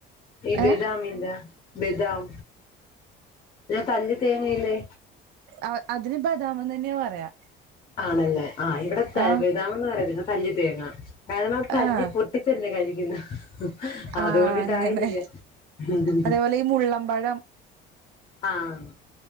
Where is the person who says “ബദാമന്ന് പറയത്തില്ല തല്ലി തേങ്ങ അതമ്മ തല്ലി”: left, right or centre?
Left